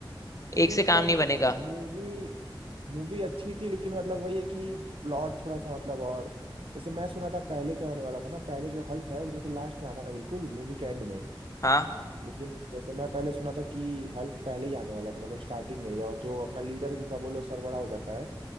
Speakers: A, on the right (about 85°); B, on the left (about 40°).
A: नहीं नहीं
B: एक से
A: मतलब
B: काम नहीं बनेगा
A: मूवी मूवी अच्छी थी लेकिन मतलब वही है कि प्लॉट थोड़ा सा मतलब और जैसे मैं सुना था पहले क्या होने वाला था ना पहले जो हल्क है वो जैसे लास्ट में आता है ना बिल्कुल मूवी के एंड में
B: हाँ
A: लेकिन जैसे मैं पहले सुना था कि हल्क पहले ही आने वाला था मतलब स्टार्टिंग में ही और जो अपना लीडर है जिसका बोलो सर बड़ा हो जाता है